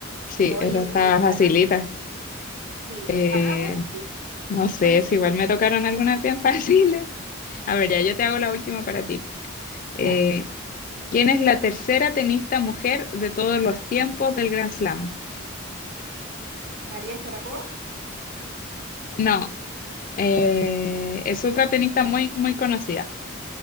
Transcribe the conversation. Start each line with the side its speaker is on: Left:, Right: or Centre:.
Left: sí,
Right: Hoy
Left: esa
Right: yo creo
Left: está
Right: que tú
Left: facilita.
Right: ganaste. Sí.
Left: Eh,
Right: Ah, bueno, sí,
Left: no sé,
Right: puede ser.
Left: si igual me tocaron algunas bien <laughs> fáciles. A ver, ya yo te hago la última para ti. Eh,
Right: Ya.
Left: ¿Quién es la tercera tenista mujer de todos los tiempos del Grand Slam?
Right: María Sharapova.
Left: No, eh, es otra tenista muy, muy conocida.